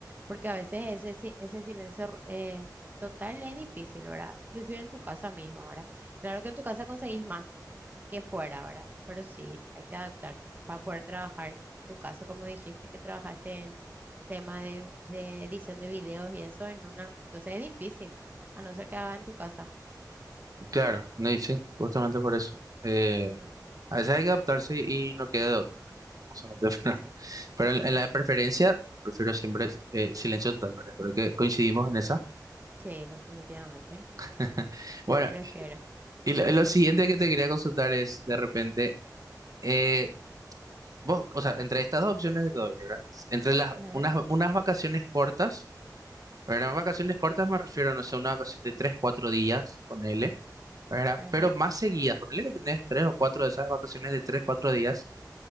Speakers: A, on the right; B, on the right.
A: porque a veces ese, si- ese silencio eh, total es difícil, ¿verdad? Inclusive en tu casa misma, ¿verdad? Claro que en tu casa conseguís más que fuera, ¿verdad? Pero sí, hay que adaptarse para poder trabajar. En tu caso, como dijiste, que trabajaste en tema de, de edición de videos y eso en una, entonces es difícil, a no ser que haga en tu casa.
B: Claro, no, y sí, justamente por eso. Eh,
A: Ujú,
B: a veces hay que adaptarse y no queda de otra, ¿verdad? Justamente, <laughs>
A: Y
B: pero,
A: sí,
B: pero en, en la preferencia prefiero siempre eh, silencio total, ¿verdad? Creo que coincidimos en esa.
A: sí, definitivamente,
B: <laughs> Bueno,
A: prefiero.
B: y lo,
A: <laughs>
B: lo siguiente que te quería consultar es, de repente, eh, vos, o sea, entre estas dos opciones que te doy, ¿verdad? Entre las,
A: Ajá,
B: unas, unas vacaciones cortas, ¿verdad? Vacaciones cortas me refiero, no sé, una vacación de tres, cuatro días, ponele, ¿verdad?
A: ajá.
B: Pero más seguidas, ponele que tenés tres o cuatro de esas vacaciones de tres, cuatro días